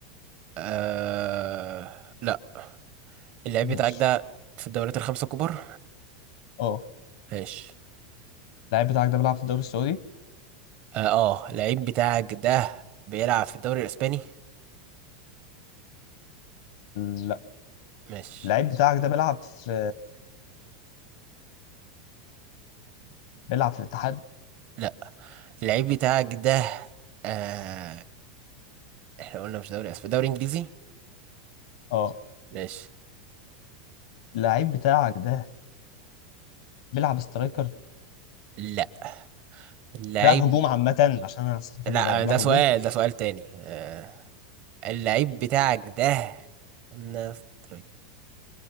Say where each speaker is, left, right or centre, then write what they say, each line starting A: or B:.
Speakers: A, on the right; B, on the left.
A: آه... لا اللعيب
B: ماشي
A: بتاعك ده في الدوريات الخمسة الكبار
B: اه
A: ماشي
B: اللعيب بتاعك ده بيلعب في الدوري السعودي
A: اه آه، اللعيب بتاعك ده بيلعب في الدوري الاسباني
B: لا
A: ماشي
B: اللعيب بتاعك ده بيلعب في بيلعب في الاتحاد
A: لا اللعيب بتاعك ده آه احنا قلنا مش دوري اسباني دوري انجليزي
B: اه
A: ماشي
B: اللعيب بتاعك ده بيلعب سترايكر
A: لا اللعيب
B: بيلعب هجوم عامة عشان انا أصلاً فاكر
A: لا
B: بقى بيلعب
A: ده سؤال
B: هجوم
A: ده سؤال تاني آه اللعيب بتاعك ده نفترض